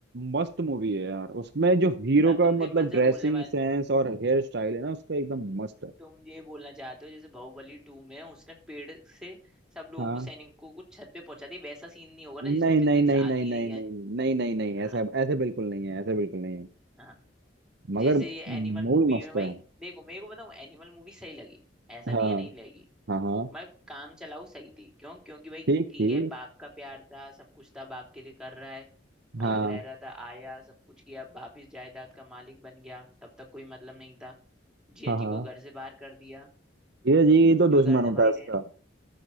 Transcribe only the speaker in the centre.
मैं
तुमसे
मजा
बोलने वाला
तुम ये बोलना चाहते हो जैसे बाहुबली टू में उसने पेड़ से सब लोगों
को सैनिकों को छत पे पहुंचा दिया वैसा सीन नहीं होगा ना
जिसमें फिजिक्स
आती
नहीं है
हाँ
हाँ
जैसे ये
एनिमल मूवी
में भाई
देखो मेरे को बताऊं एनिमल मूवी सही लगी ऐसा
नहीं है नहीं लगी
मैं काम चलाऊ सही थी क्यों क्योंकि भाई
ठीक
है बाप का प्यार था सब कुछ था बाप के लिए कर रहा है
अलग रह रहा था आया सब कुछ किया वापिस जायदाद का मालिक बन गया तब तक कोई मतलब नहीं था जिया
जी
को घर से बाहर कर दिया
जो
घर जमाए
थे